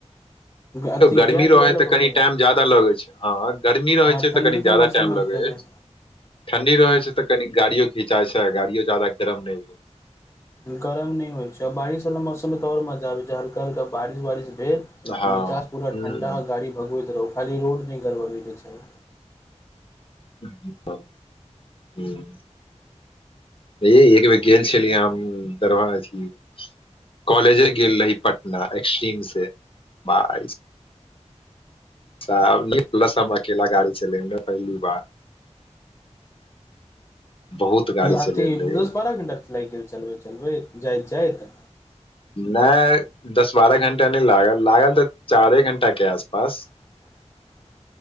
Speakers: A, on the left; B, on the left.
A: अथि
B: गर्मी
A: गैप
B: रहै
A: लऽ ले
B: तऽ
A: के
B: कनि
A: कहै
B: टाइम
A: छै
B: ज्यादा लगै छै हँ गर्मी रहै
A: ह
B: छै
A: ठणडी
B: तऽ कनि
A: के
B: ज्यादा
A: मौसम
B: टाइम
A: में
B: लगै
A: तेने
B: अछि ठंडी रहे छै त कनि गाड़ियो घिंचायई छै गाड़ियो जादा गरम नय भेल
A: गरम नय होइ छै ओर बारिश वला मौसम मे तऽ ओर मजा आबै छै हल्का हल्का बारिश वारिश भेल
B: हँ
A: निचास पुरा ठण्डा गाड़ी भगबैत रहू खाली रोड नय गड़बड़ होए क चाहि
B: <inaudible> य एक बेर गेल छलिय हम <inaudible> छी कॉलेजे गेल रही पटना एक्स्ट्रीम से बाइ <inaudible> प्लस अकेल गाड़ी चलेनू पहिला बार बहुत गाड़ी
A: अथी
B: चलेने रहियै
A: दस बारह घण्टा लाइग गेल चलबैत चलबैत जाइत जाइत
B: नय दस बारह घण्टा नय लागल लागल तऽ चारे घंटा के आस पास
A: <inaudible>